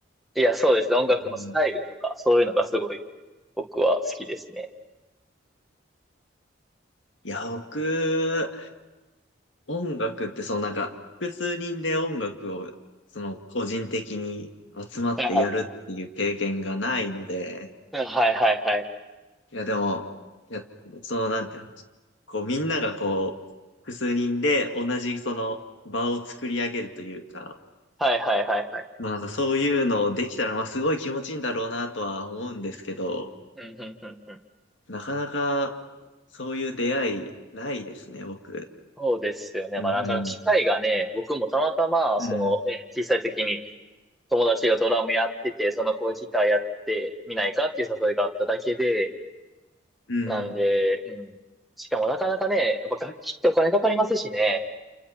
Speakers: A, in the centre; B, on the left.
A: いや、そうですね。音楽のスタイルとか、
B: うん。
A: そういうのがすごい僕は好きですね。
B: いや、僕、音楽ってそのなんか、複数人で音楽を、その個人的に集まってやるっていう経験がないので、
A: はいはいはいはい。
B: いや、でも、いや、そのなんていうの、こうみんながこう、複数人で同じその場を作り上げるというか、
A: はいはいはいはい。
B: まあなんかそういうのをできたら、まあすごい気持ちいいんだろうなとは思うんですけど、
A: うんうんうんうん。
B: なかなか、そういう出会いないですね、僕。
A: そうですよね。
B: うん、
A: まあなかなか機会がね、
B: うん、
A: 僕もたまたま、
B: うん、
A: そのね、小さい時に友達がドラムやってて、その子がギターやってみないかっていう誘いがあっただけで、
B: うん。
A: なんで、うん。しかもなかなかね、やっぱ楽器ってお金かかりますしね。